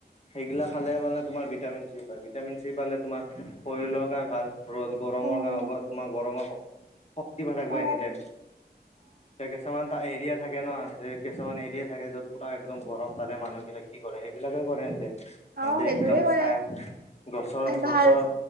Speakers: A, on the left; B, on the right.
A: সেইগিলা খালে মানে তোমাৰ ভিটামিন চি পায় ভিটামিন চি পালে তোমাৰ শৰীৰলৈকে ভাল ৰ'দ গৰমৰ
B: উম,
A: গা তোমাৰ গৰমৰ শক্তি পাই থাকিবা
B: অ',
A: এনিটাইম তে কিছুমানত এৰিয়া থাকে ন যে কিছুমান এৰিয়া থাকে য'ত পুৰা একদম গৰম তাৰে মানুহবিলাক কি কৰে সেইবিলাকে কৰে সিহঁতে সিহঁতে
B: অ', সেইবোৰে
A: একদম
B: কৰে
A: চাই গছৰ
B: ভাল
A: গছৰ